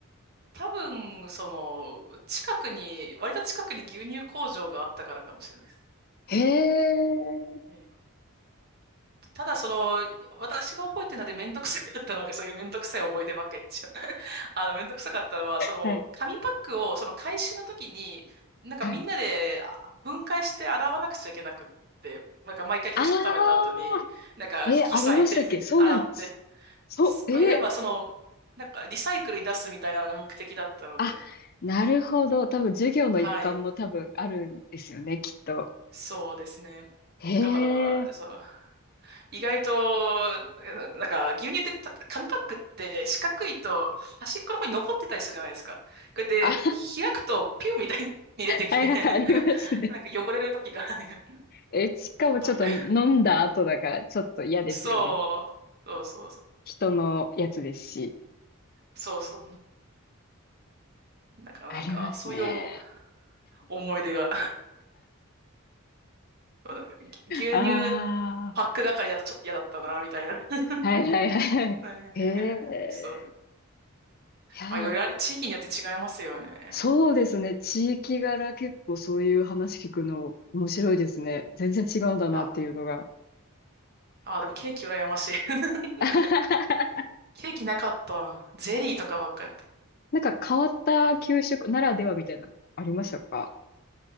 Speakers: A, on the right; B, on the left.
A: 多分、その、近くに、割と近くに牛乳工場があったからかもしれないです。
B: へえ。
A: ええただ、その、私が覚えてるのでめんどくさかったので、そういうめんどくさい思い出ばっかり言っちゃう。<laughs> あの、めんどくさかったのは、その、
B: はい。
A: 紙パックを、その回収の時に、なんかみんなであ分解して洗わなくちゃいけなくって、
B: はい。
A: なんか毎回給食食べた後に、
B: ああ、
A: なんか引き裂いて
B: え、ありましたっけそうなんです。
A: <laughs> 洗って、
B: そう、
A: すやっぱその、
B: え、
A: なんかリサイクルに出すみたいなのが目的だったので、
B: あ、なるほど。多分授業の一環も多分あるんですよね、
A: はい、
B: きっと。
A: そうですね。
B: へえ。
A: だから、そう、意外と、なんか、牛乳ってた、紙パックって四角いと端っこの方に残ってたりするじゃないですか。これで開くとピュンみたいに出てきて
B: あ、<laughs> はいはい、
A: <laughs>
B: ありますね。
A: なんか汚れる時があるね、<laughs>
B: え、しかもちょっと飲んだ後だから、
A: おっとみたいな。
B: ちょっと嫌ですよね。
A: そう、そうそうそ
B: 人のやつですし。
A: う。そうそう。だからなんか、
B: ありますね。
A: そういう思思い出が。そうなんかぎ牛乳
B: あ
A: パック係だとちょっと嫌だったな、みたいな。<laughs>
B: あ、はいはいはいはい。
A: はいはいはいはいそう。
B: へえ。いや、
A: まあ、いろいろあれ、地域によって違いますよね。
B: そうですね。地域柄結構そういう話聞くの面白いですね。全然違うんだなっていうのが。
A: いや、あー、でもケーキ羨ましい。<laughs>
B: <laughs>
A: ケーキなかった。ゼリーとかばっかやった。
B: なんか変わった給食ならではみたいなのありましたか